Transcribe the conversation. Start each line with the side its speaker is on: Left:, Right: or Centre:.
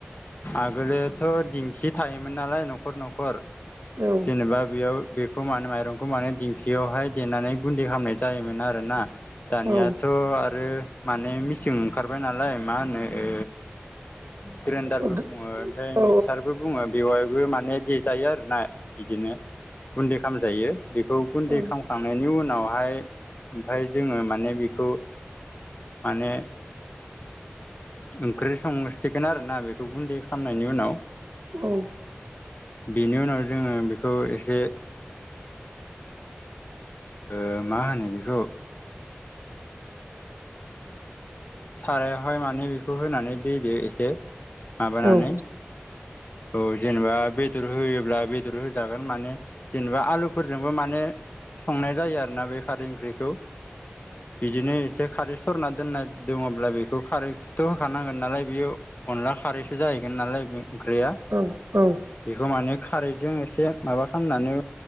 Left: आगोलोथ' दिंखि थायोमोन नालाय न'खर न'खर
Right: औ
Left: जेनेबा बेयाव बे खौ माने माइरंखौ माने दिंखियावहाय देनानै गुन्दै खालामनाय जायोमोन आरोना दानियाथ'
Right: औ
Left: आरो माने मेचिं ओंखारबाय नालाय मा होनो ओ ग्राइन्डारबो
Right: औ
Left: बुङो ओमफ्राय
Right: औ
Left: मिक्सारबो बुङो बेवहायबो माने दे जायो आरोना बिदिनो गुन्दै खालामजायो बेखौ गुन्दै
Right: औ
Left: खालामखांनायनि उनाव ओमफ्राय जोङो बेखौ माने ओंख्रि संसिगोन आरोना बेखौ गुन्दै खालामनायनि उनाव
Right: औ
Left: बेनि उनाव जोङो बेखौ एसे ओ मा होनो बेखौ सारायावहाय माने बेखौ होनानै दैदो एसे माबानानै
Right: औ
Left: औ जेनेबा बे बेदर होयोब्ला बेदर होजागोन माने जेनेबा आलुफोरजोंबो माने संनाय जायो आरोना बे खारै ओंख्रिखौ बिदिनो एसे खारै सरना दोननाय दङब्ला बेखौ खारैखौथ' होखानांगोन नालाय बेयो अनला खारैसो जा नालाय बे ओंख्रिया
Right: औ औ
Left: बेखौ माने खारैजों एसे माबा खालामनानै